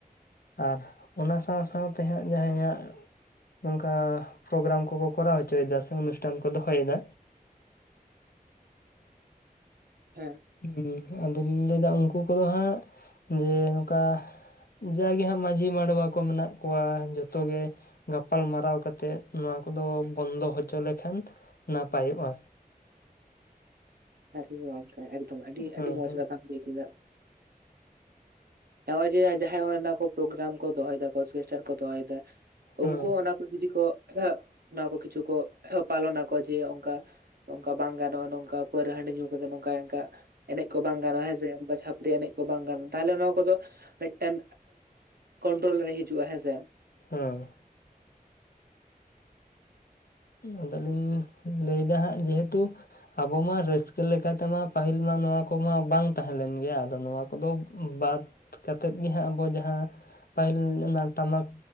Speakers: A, on the left; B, on the right.
A: ᱟᱨ ᱚᱱᱟ ᱥᱟᱶ ᱥᱟᱶ ᱛᱮ ᱦᱟᱸᱜ ᱡᱟᱦᱟᱭᱟᱜ ᱱᱚᱝᱠᱟ ᱯᱨᱚᱜᱨᱟᱢ ᱠᱚ ᱠᱚ ᱠᱚᱨᱟᱣ ᱦᱚᱪᱚ ᱮᱫᱟ ᱥᱮ ᱚᱱᱩᱥᱴᱷᱟᱱ ᱠᱚ ᱫᱚᱦᱚ ᱮᱫᱟ
B: ᱦᱮᱸ
A: ᱦᱮᱸ ᱟᱫᱚᱹᱧ ᱞᱟᱹᱭ ᱮᱫᱟ ᱩᱱᱠᱩ ᱠᱚ ᱫᱚ ᱦᱟᱸᱜ ᱡᱮ ᱱᱚᱝᱠᱟ ᱡᱟᱜᱮ ᱦᱟᱸᱜ ᱢᱟᱺᱡᱷᱤ ᱢᱟᱰᱣᱟ ᱠᱚ ᱢᱮᱱᱟᱜ ᱠᱚᱣᱟ ᱡᱚᱛᱚ ᱜᱮ ᱜᱟᱯᱟᱞᱢᱟᱨᱟᱣ ᱠᱟᱛᱮᱫ ᱱᱚᱣᱟ ᱠᱚ ᱫᱚ ᱵᱚᱱᱫᱚ ᱦᱚᱪᱚ ᱞᱮᱠᱷᱟᱱ ᱱᱟᱯᱟᱭᱚᱜ-ᱟ᱾
B: ᱮᱠᱫᱚᱢ ᱥᱟᱹᱨᱤ ᱜᱮ ᱜᱚᱢᱠᱮ ᱮᱠᱫᱚᱢ ᱟᱹᱰᱤ
A: ᱦᱮᱸ
B: ᱟᱹᱰᱤ ᱢᱚᱸᱡᱽ
A: ᱦᱮᱸ
B: ᱠᱟᱛᱷᱟᱢ ᱞᱟᱹᱭ ᱠᱮᱫᱟ᱾ ᱦᱮᱣᱟᱡᱽ ᱡᱟᱦᱟᱸᱭ ᱚᱱᱟ ᱠᱚ ᱯᱨᱚᱜᱨᱟᱢ ᱠᱚ ᱫᱚᱦᱚ ᱮᱫᱟ ᱠᱚ ᱚᱨᱠᱮᱥᱴᱟᱨ ᱠᱚ ᱫᱚᱦᱚ ᱮᱫᱟ
A: ᱦᱮᱸ
B: ᱩᱱᱠᱩ ᱦᱚᱸ ᱚᱱᱟ ᱡᱩᱫᱤ ᱠᱚ ᱚᱱᱟ ᱠᱚ ᱠᱤᱪᱷᱩ ᱠᱚ ᱯᱟᱞᱚᱱᱟᱠᱚ ᱡᱮ ᱚᱱᱠᱟ ᱱᱚᱝᱠᱟ ᱵᱟᱝ ᱜᱟᱱᱚᱜ-ᱟ ᱱᱚᱝᱠᱟ ᱯᱟᱹᱣᱨᱟᱹ ᱦᱟᱹᱰᱤ ᱧᱩ ᱠᱟᱛᱮ ᱱᱚᱝᱠᱟ ᱚᱱᱠᱟ ᱮᱱᱮᱡ ᱠᱚ ᱵᱟᱝ ᱜᱟᱱᱚᱜ-ᱟ ᱦᱮᱸ ᱥᱮ ᱚᱱᱠᱟ ᱪᱷᱟᱹᱯᱨᱤ ᱮᱱᱮᱡ ᱠᱚ ᱵᱟᱝ ᱜᱟᱱᱚᱜ-ᱟ ᱛᱟᱦᱚᱞᱮ ᱱᱚᱣᱟ ᱠᱚ ᱫᱚ ᱢᱤᱫᱴᱮᱱ ᱠᱚᱱᱴᱨᱚᱞ ᱨᱮ ᱦᱤᱡᱩᱜ-ᱟ ᱦᱮᱸ ᱥᱮ
A: ᱦᱮᱸ ᱟᱫᱚ ᱞᱤᱧ ᱞᱟᱹᱭ ᱮᱫᱟ ᱦᱟᱸᱜ ᱡᱮ ᱦᱮᱛᱩ ᱟᱵᱚ ᱢᱟ ᱨᱟᱹᱥᱠᱟᱹ ᱞᱮᱠᱟ ᱛᱮᱢᱟ ᱯᱟᱹᱦᱤᱞ ᱢᱟ ᱱᱚᱣᱟ ᱠᱚᱢᱟ ᱵᱟᱝ ᱛᱟᱦᱮᱸ ᱞᱮᱱ ᱜᱮᱭᱟ ᱟᱫᱚ ᱱᱚᱣᱟ ᱠᱚ ᱫᱚ ᱵᱟᱫ ᱠᱟᱛᱮᱫ ᱜᱮ ᱦᱟᱸᱜ ᱟᱵᱚ ᱡᱟᱦᱟᱸ ᱯᱟᱹᱦᱤᱞ ᱚᱱᱟ ᱴᱟᱢᱟᱠ